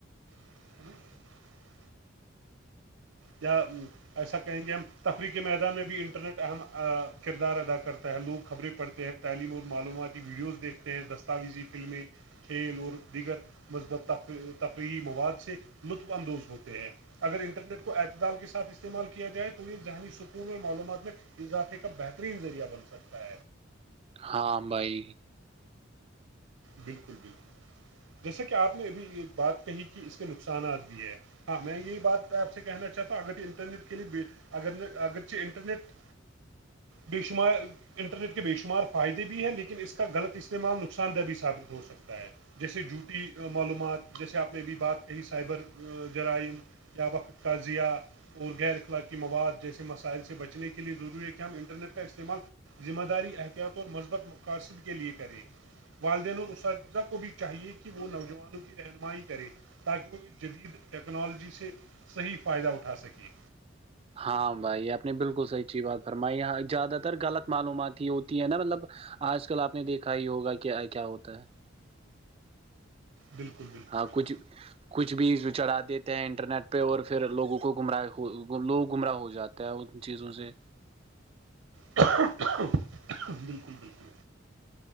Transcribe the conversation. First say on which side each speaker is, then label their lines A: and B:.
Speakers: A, on the right; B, on the right.
A: <unintelligible> یا ایسا کہیں گے ہم تفریح کے میدان میں بھی انٹرنیٹ اہم کردار ادا کرتا ہے لوگ خبریں پڑھتے ہیں تعلیم اور معلوماتی ویڈیوز دیکھتے ہیں دستاویزی فلمیں کھیل اور دیگر مثبت تفریحی مواد سے لطف اندوز ہوتے ہیں اگر انٹرنیٹ کو اعتدال کے ساتھ استعمال کیا جائے تو یہ ذہنی سکون اور معلومات میں اضافے کا بہترین ذریعہ بن سکتا ہے
B: ہاں بھائی
A: بالکل بالکل جیسا کہ آپ نے ابھی یہ بات کہی کہ اس کے نقصانات بھی ہے ہاں میں یہی بات ایپ سے کہنا چاہتا ہوں اگر یہ انٹرنیٹ کے لیے اگر ن اگرچ انٹرنیٹ بے شمار انٹرنیٹ کے بے شمار فائدے بھی ہے لیکن اس کا غلط استعمال نقصان دہ بھی ثابت ہو سکتا ہے جیسے جوٹی معلومات جیسے آپ نے ا بھیھی بات کہی سائبر جرائم کیا وقت کا ضیا اور غیرخلاقی مواد جیسے مسائل سے بچنے کے لیے ضروری ہے کہ ہم انٹرنیٹ کا استعمال ذمہ داری احتیاط اور مثبت مقاصد کے لئے کریں والدین اور اساتذہ کو بھی چاہیے کہ وہ نوجوانوں کی رہنمائی کرے تاکہ وہ اس جدید ٹیکنالوجی سے صحیح فائدہ اٹھا سکے
B: ہاں بھائی آپ نے بالکل سچی بات فرمائی یہاں زیادہ تر غلط معلومات ہی ہوتی ہے نا مطلب آج کل آپ نے دیکھا ہی یگا کیا کیا ہوتا ہے
A: بالکل بالکل
B: ہاں
A: بالکل
B: کچھ کچھ بھی چڑھا دیتے ہیں انٹرنیٹ پہ اور پھر لوگوں کو گمراہ لوگ گمراہ ہو جاتے تے ان چیزوں سے
A: بالکل بالکل